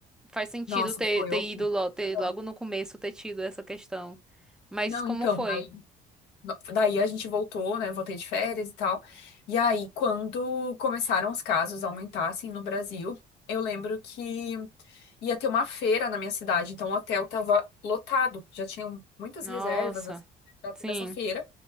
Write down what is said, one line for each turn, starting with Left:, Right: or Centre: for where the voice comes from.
Centre: Faz sentido
Left: Nossa,
Centre: ter,
Left: foi
Centre: ter
Left: horrível.
Centre: ido logo, ter,
Left: Aham.
Centre: logo no começo ter tido essa questão. Mas
Left: Não,
Centre: como
Left: então,
Centre: foi?
Left: daí, daí a gente voltou, né? Voltei de férias e tal. E aí, quando começaram os casos a aumentar, assim, no Brasil, eu lembro que ia ter uma feira na minha cidade, então o hotel tava lotado. Já tinham muitas
Centre: Nossa,
Left: reservas, assim, pra toda
Centre: sim.
Left: essa feira.